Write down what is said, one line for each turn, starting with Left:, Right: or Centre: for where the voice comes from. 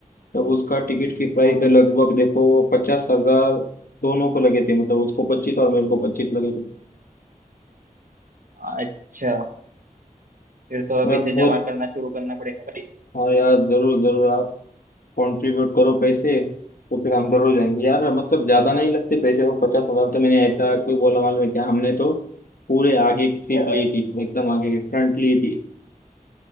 Left: तब उसका टिकट की प्राइस
Right: हाँ, हाँ।
Left: लगभग देखो पचास हजार दोनों को लगे थे मतलब उसको पच्चीस और मेरे को पच्चीस लगे थे
Right: अच्छा फिर तो अभी
Left: मैं
Right: से
Left: बहुत
Right: जमा करना शुरू करना पड़ेगा भाई
Left: हाँ यार जरूर जरूर आप कंट्रीब्यूट करो पैसे तो फिर हम जरूर जाएंगे यार मतलब ज्यादा नहीं लगते पैसे वो पचास हजार तो मैंने ऐसा क्यों बोला मालूम है क्या हमने तो पूरे आगे की सीट ली थी एकदम आगे की फ्रंट ली थी